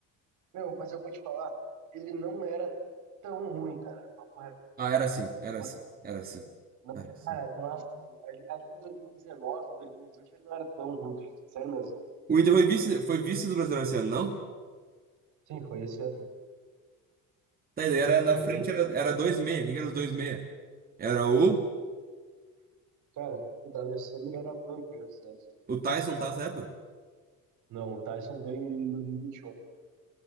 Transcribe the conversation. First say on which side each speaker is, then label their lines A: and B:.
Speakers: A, on the right; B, on the right.
A: Meu, mas eu vou te falar, ele não era tão ruim, cara. Papo reto.
B: Ah, era assim, era
A: Tipo,
B: assim, era assim.
A: não,
B: Era assim.
A: cara, não era tão ruim. Ali, ali em 2019, 2020, ele não era tão ruim, cara. Sério mesmo.
B: O Inter foi vice, foi vice do Brasileiro esse ano, não?
A: Sim, foi esse ano.
B: Tá, e daí era na
A: Foi,
B: frente, era, era 2-6. Quem que era os 2-6? Era o,
A: cara, o D'Alessandro era branco já, certo?
B: o Tyson, tá, essa época?
A: Não, o Tyson veio em dois mil e e vinte e um.